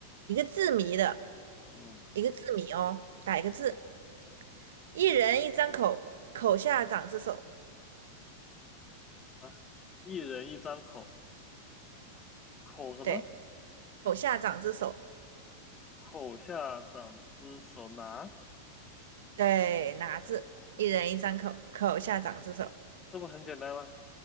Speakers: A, on the right; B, on the left.
A: 一个字谜的，
B: 嗯
A: 一个字谜哦，打一个字，
B: 嗯
A: 一人一张口，口下长只手，
B: 啊，一人一张口，口什么？
A: 对，口下长只手，
B: 口下长只手拿，
A: 对，哪字？一人一张口，口下长只手，
B: 这不很简单吗？